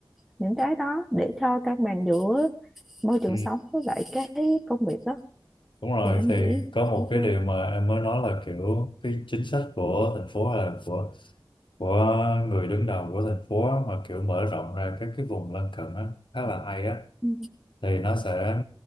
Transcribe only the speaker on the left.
Ừ,
đúng rồi
thì có một
cái điều mà em mới nói là kiểu cái chính sách của thành phố hay là của của người đứng đầu của thành phố á, mà kiểu mở rộng ra các cái vùng lân cận á khá là hay á
thì nó sẽ